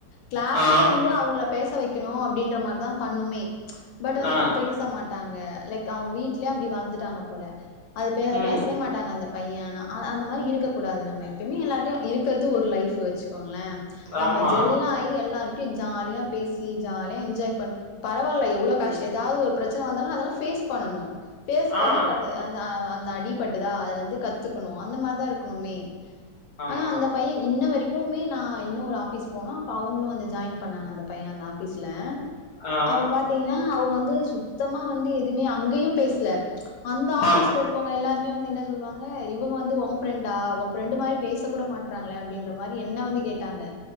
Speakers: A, on the left; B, on the left.
A: கிளாஸே
B: ஆ,
A: வந்து அவங்கள பேச வைக்கணு அப்படின்ற மாரிதா பண்ணுமே பட் வந்து
B: ஆ,
A: அவங்க பேச மாட் ட்டாங்க லைக் அவங்க வீட்லயே அப்படி வளந்துடாங்க போல அது பே
B: ம்.
A: பேசவே மாட்டாங்க அந்த பையன் ஆனா அந்த மாதிரி இருக்கக் கூடாது நம்ம எப்பயுமே எல்லாிட்டையும் இருக்கிறது ஒரு லைஃப் வச்சு கோங்களே நம்ம
B: ஆமா.
A: ஜெல்லாயி எல்லா இருக் டி ஜாலியா பேசி ஜாலியா என்ஜாய் பண் பரவால்ல எவ்வளோ காஷ்
B: ம்.
A: ஏதாவது ஒரு பிர சன வந்தாலு அதெல்லா ஃபேஸ் பண்ணணு ஃபேஸ்
B: ஆ,
A: பண்ணிக்கா அந்த அ அந்த அடிபட்டுதா அதுல இருந்து கத்துக்கணு அந்த மாதிரிதான் இருக்கணுமே
B: ஆமா.
A: ஆனா அந்த பையன் இன்ன வரைக்குமே நா இன்னொ ஒரு ஆஃபீஸ் போனோ அப்ப அவங்களு வந்து ஜாயின் பண்ணாங்க அந்த பையன் அந்த ஆ ஃபீஸ்ல
B: ஆ,
A: அப்ப பாத்தீங்கனா அவங்க வந்து சுத்தமா வந்து எதுவுமே அங்கயு பேசல அந்த ஆஃபிஸ்ல
B: ஆ,
A: இரு கவுங்க எல்லாருமே வந்து என்ன சொல்லுவாங்க இவுங்க வந்து உன் ஃப்ரெண்டா உன் ஃப்ரண்டு மாரி பேச கூட மாட் றாங்களே அப்படின்ற மாதிரி என்ன வந்து கேட்டாங்க